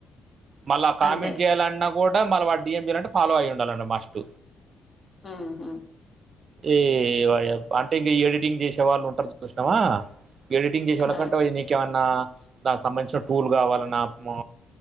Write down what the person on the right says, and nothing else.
మళ్ళా ఆ కామెంట్
చేయాలన్నా కూడా మళ్ళా వా డిఎం చేయాలంటే ఫాలో అయ్యి ఉండాలంటే మస్ట్
ఈ ఒయ బ్ అంటే ఈ ఎడిటింగ్ చేసే వాళ్ళు ఉంటారు చూస్నావా ఎడిటింగ్ చేసే వాళ్ళ
కట్ట నీకేమన్నా దానికి సంబంధించిన టూల్ కావాలన్నా మొ